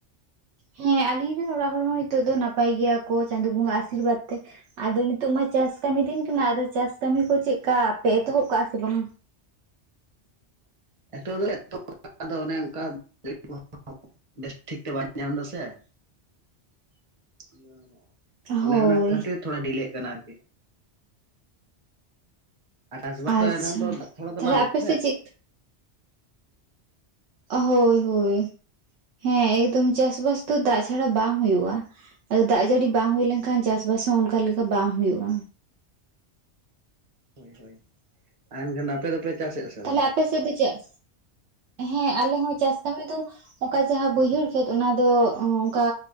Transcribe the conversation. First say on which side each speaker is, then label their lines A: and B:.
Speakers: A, on the right; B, on the right.
A: ᱦᱮᱸ ᱟᱞᱤᱧ ᱨᱮᱱ ᱚᱲᱟᱜ ᱦᱚᱲ ᱦᱚᱸ ᱱᱤᱛᱚᱜ ᱫᱚ ᱱᱟᱯᱟᱭ ᱜᱮᱭᱟ ᱠᱚ ᱪᱟᱸᱫᱳ ᱵᱚᱸᱜᱟ ᱟᱥᱤᱨᱵᱟᱫᱼᱼ ᱛᱮ ᱟᱫᱚ ᱱᱤᱛᱚᱜ ᱢᱟ ᱪᱟᱥ ᱠᱟᱹᱢᱤ ᱫᱤᱱ ᱠᱟᱱᱟ ᱟᱫᱚ ᱪᱟᱥ ᱠᱟᱹᱢᱤ ᱠᱚ ᱪᱮᱜᱠᱟ ᱟᱯᱮ ᱮᱛᱚᱦᱚᱵ ᱠᱟᱜᱼᱟ ᱥᱮ ᱵᱟᱝᱼᱟ?
B: ᱮᱛᱚᱦᱚᱵ ᱫᱚᱞᱮ ᱮᱛᱚᱦᱚᱵ ᱟᱠᱟᱜᱼᱟ ᱟᱫᱚ ᱚᱱᱮ ᱚᱱᱠᱟ <unintelligible> ᱵᱮᱥ ᱴᱷᱤᱠ ᱛᱮ ᱵᱟᱧ ᱧᱟᱢᱫᱟ ᱥᱮ᱾ <unintelligible> ᱚᱱᱮ
A: ᱦᱳᱭ
B: ᱚᱱᱟ ᱠᱷᱟᱹᱛᱤᱨ ᱛᱷᱚᱲᱟ ᱰᱷᱤᱞᱟᱹᱜ ᱠᱟᱱᱟ ᱟᱨᱠᱤ᱾ ᱟᱨ ᱪᱟᱥ ᱵᱟᱥ
A: ᱟᱪᱪᱷᱟ
B: ᱫᱚ ᱮᱱᱦᱚᱸ ᱠᱷᱟᱱ ᱛᱚ ᱫᱟᱜ ᱪᱷᱟᱲᱟ ᱫᱚ
A: ᱛᱟᱦᱚᱞᱮ
B: ᱵᱟᱝ ᱦᱩᱭᱩᱜᱼᱟ
A: ᱟᱯᱮ
B: ᱥᱮ᱾
A: ᱥᱮᱫ ᱪᱮᱫ ᱦᱳᱭ ᱦᱳᱭ ᱦᱮᱸ ᱮᱠᱫᱚᱢ ᱪᱟᱥ ᱵᱟᱥ ᱫᱚ ᱫᱟᱜ ᱪᱷᱟᱲᱟ ᱵᱟᱝ ᱦᱩᱭᱩᱜᱼᱟ᱾ ᱟᱫᱚ ᱫᱟᱜ ᱡᱟᱹᱲᱤ ᱵᱟᱝ ᱦᱩᱭ ᱞᱮᱱ ᱠᱷᱟᱱ ᱪᱟᱥ ᱵᱟᱥ ᱦᱚᱸ ᱚᱱᱠᱟ ᱞᱮᱠᱟ ᱵᱟᱝ ᱦᱳᱭᱳᱜᱼᱟ᱾
B: ᱦᱳᱭ ᱦᱳᱭ ᱮᱱᱠᱷᱟᱱ ᱟᱯᱮ ᱫᱚᱯᱮ ᱪᱟᱥᱮᱜ ᱟᱥᱮ
A: ᱛᱟᱦᱞᱮ
B: ᱵᱟᱝᱼᱟ?
A: ᱟᱯᱮ ᱥᱮ ᱫᱚ ᱪᱮᱫ᱾ ᱦᱮᱸ ᱟᱞᱮ ᱦᱚᱸ ᱪᱟᱥ ᱠᱟᱹᱢᱤ ᱫᱚ ᱚᱱᱠᱟ ᱡᱟᱦᱟᱸ ᱵᱟᱹᱭᱦᱟᱹᱲ ᱠᱷᱮᱛ ᱚᱱᱟ ᱫᱚ ᱚᱱᱠᱟ᱾